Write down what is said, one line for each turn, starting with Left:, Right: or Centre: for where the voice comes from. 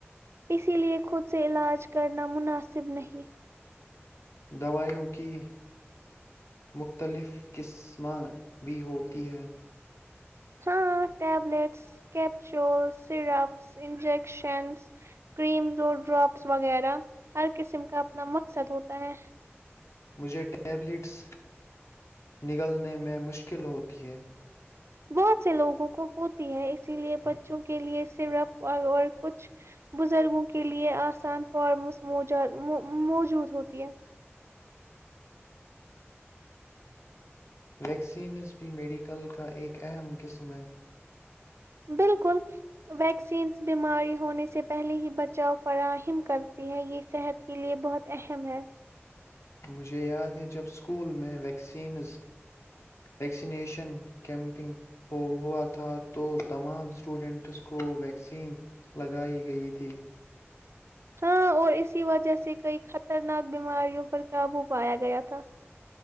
Right: اسی لیے خود سے علاج کرنا مناسب مناصب نہیں
Left: دوائیوں کی مختلف قسماں بھی ہوتی ہے
Right: ہاں tablets capsule syrups injections creams اور ڈراپس وغیرہ ہر قسم کا اپنا مقصد ہوتا ہے
Left: مجھے ٹیبلٹس نگلنے میں مشکل ہوتی ہے
Right: بہت سے لوگوں کو ہوتی ہے اسی لیے بچوں کے لیے صرپ اور کچھ بزرگوں کے لیے آسان فارمس مو موجود ہوتی ہے
Left: ویکسینز بھی میڈیکل کا ایک اہم قسم ہے
Right: بالکل ویکسینز بیماری ہونے سے پہلے ہی بچاؤ فراہم کرتی ہے یہ صحت کی لیے بہت اہم ہے
Left: مجھے یاد ہے جب سکول میں ویکسینز ویکسینیشن کیمپنگ ہوا تھا تو تمام سٹوڈنٹس کو ویکسین لگائی گئی تھی
Right: ہاں اور اسی وجہ سے کئی خطرناک بیماریوں پر قابو پایا گیا تھا